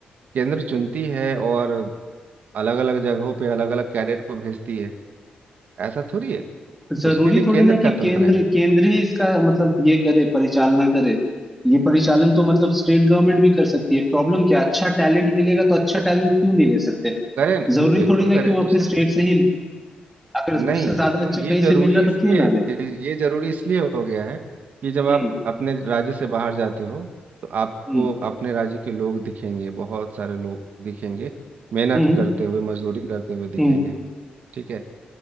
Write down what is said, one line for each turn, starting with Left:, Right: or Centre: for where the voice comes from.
Right: केंद्र चुनती है और अलग अलग जगहों पे अलग अलग कैडेट को भेजती है ऐसा थोड़ी है
Centre: जरूरी
Right: उसके लिए केंद्र
Centre: थोड़ी ना कि
Right: का
Centre: केंद्र
Right: तंत्र है
Centre: केंद्र ही इसका मतलब ये करे परिचालना करे ये परिचालन तो मतलब स्टेट गवर्नमेंट भी कर सकती है प्रॉब्लम क्या अच्छा टैलेंट मिलेगा तो अच्छा
Right: तो
Centre: टैलेंट क्यों नहीं ले सकते
Right: करें न-
Centre: जरूरी
Right: बिल्कुल
Centre: थोड़ी
Right: करें
Centre: ना कि वो
Right: तो
Centre: अपने
Right: सिर्फ
Centre: स्टेट से ही ले अगर
Right: नहीं
Centre: उससे ज्यादा
Right: तो
Centre: अच्छा
Right: ये
Centre: कहीं
Right: जरूरी
Centre: से मिल रहा
Right: इसलिए
Centre: तो क्यों ना ले
Right: ये जरूरी इसलिए हो गया है कि जब आप
Centre: हम्म
Right: अपने राज्य से बाहर जाते हो तो आपको
Centre: हम्म
Right: अपने राज्य के लोग दिखेंगे बहुत सारे लोग दिखेंगे मेहनत
Centre: हम्म
Right: करते हुए मजदूरी करते हुए दिखेंगे
Centre: हम्म
Right: ठीक है